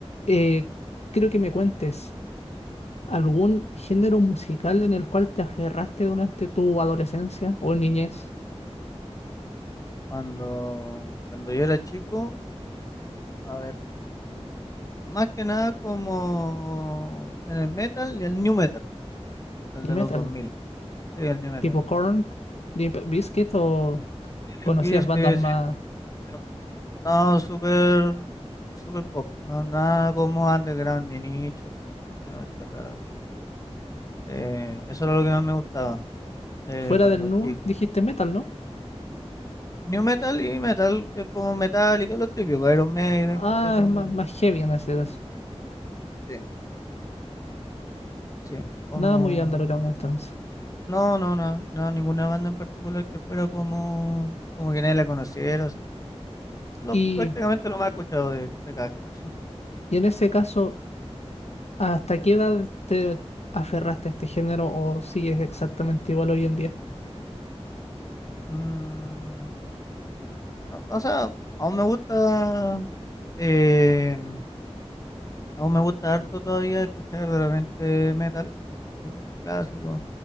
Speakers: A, on the left; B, on the left.
A: Eh, creo que me cuentes algún género musical en el cual te aferraste durante tu adolescencia o niñez
B: Cuando, cuando yo era chico, a ver, más que nada como en el metal y el new metal, el
A: y
B: de
A: metal,
B: los dos mil sí, el new metal.
A: tipo Korn, Limp Bizkit o conocías
B: Limp Bizkit,
A: bandas más
B: sí, eh, no, súper, súper pop, no, nada como underground, ni nicho, ni nada cuestión rara así. Eh, eso era lo que más me gustaba eh,
A: fuera
B: cuando
A: del nu,
B: chico.
A: dijiste metal, ¿no?
B: New metal y metal, que es como Metallica, lo típico, Iron Maiden,
A: Ah,
B: ¿cachai? Lo
A: es más,
B: de,
A: más heavy en ese caso.
B: Sí. sí, como...
A: Nada muy underground entonces.
B: No, no, no, no, ninguna banda en particular que fuera como, como que nadie la conociera, así. Lo,
A: Y,
B: prácticamente lo más escuchado de, de cada género. <laughs>
A: y en ese caso, ¿hasta qué edad te aferraste a este género o sigues exactamente igual hoy en día?
B: Mm, no, no, o sea, aún me gusta, eh, aún me gusta harto todavía escuchar de repente metal, así como clásico,